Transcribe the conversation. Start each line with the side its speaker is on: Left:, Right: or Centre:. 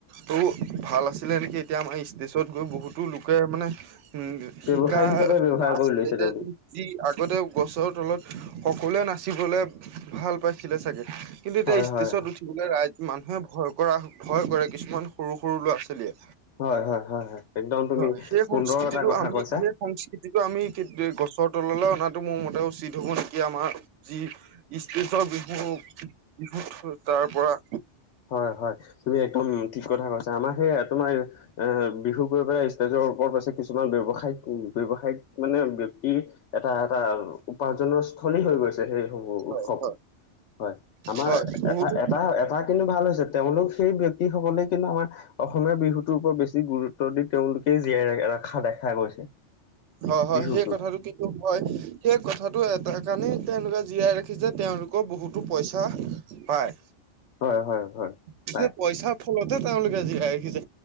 Right: টো ভাল আছিলে নেকি? এতিয়া আমাৰ ষ্টেজত গৈ বহুতো লোকে মানে
Left: ব্যৱসায়িক
Right: শিকা
Left: হিচাপে ব্যৱহাৰ
Right: নাচ
Left: কৰি লৈছে
Right: এতিয়াটো
Left: তেওঁলোকে
Right: যি আগতে গছৰ তলত সকলোৱে নাচিবলে ভাল পাইছিলে চাগে। কিন্তু এতিয়া
Left: হয়
Right: ষ্টেজত
Left: হয়
Right: উঠিবলে ৰাইজ মানুহে ভয় কৰা ভয় কৰে কিছুমান সৰু সৰু ল'ৰা ছোৱালীয়ে।
Left: হয় হয় হয় হয় একদম তুমি
Right: হয় সেই
Left: সুন্দৰ
Right: সংস্কৃতিটো
Left: এটা কথা
Right: আমি
Left: কৈছা
Right: সেই সংস্কৃতি যিটো আমি গছৰ তললে অনাটো মোৰ মতে উচিত হব নেকি আমাৰ যি ইষ্টেজৰ বিহু বিহুত তাৰপৰা।
Left: হয় হয় তুমি একদম ঠিক কথা কৈছা, আমাৰ সেইয়া তোমাৰ এ বি বিহু গৈ পেলাই ষ্টেজৰ ওপৰত পাইছে কিছুমান ব্যৱসায়ক ব্যৱসায়িক মানে ব্যক্তি এটা এটা উপাৰ্জনৰ স্থলী হৈ গৈছে সেই
Right: হয়
Left: উৎসৱ
Right: হয়
Left: হয় আমাৰ
Right: হয় বহুতো
Left: এটা এটা কিন্তু ভাল হৈছে তেওঁলোক সেই ব্যক্তিসকলে কিন্তু আমাৰ অসমীয়া বিহুটোৰ ওপৰত বেছি গুৰুত্ব দি তেওঁলোকে জীয়াই ৰখা দেখা গৈছে।
Right: হয় হয়
Left: বিহুটো
Right: সেই কথাটো কি হয় সেই কথাটো এটা কাৰণেই তেওঁলোকে জীয়াই ৰাখিছে তেওঁলোকৰ বহুতো পইচা পায়।
Left: হয় হয় হয়।
Right: কিন্তু
Left: পাই
Right: পইচাৰ ফলতে তেওঁলোকে জীয়াই ৰাখিছে।